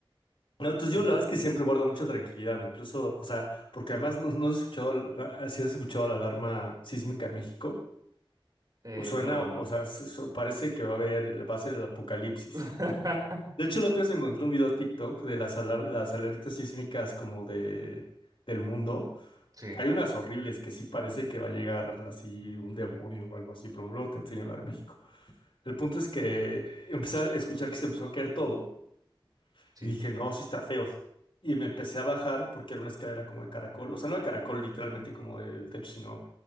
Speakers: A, on the left; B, on the right.
A: No, entonces yo
B: En-
A: la verdad es que siempre guardo mucha tranquilidad, incluso, o sea, porque además no, no has escuchado, la- si has escuchado la alarma sísmica en México,
B: eh,
A: suena,
B: no,
A: o
B: no.
A: sea, se- so- parece que va a haber, va a ser el apocalipsis.
B: <laughs>
A: De hecho, la otra vez encontré un video TikTok de las, alar- las alertas sísmicas como de, del mundo.
B: Sí,
A: Hay unas horribles que sí parece que va a llegar así un demonio o algo así, pero luego te enseño la de México. El punto es que empecé a escuchar que se empezó a caer todo.
B: sí.
A: Y dije, no, sí está feo. Y me empecé a bajar porque era una escalera como de caracol, o sea, no de caracol literalmente como del techo, sino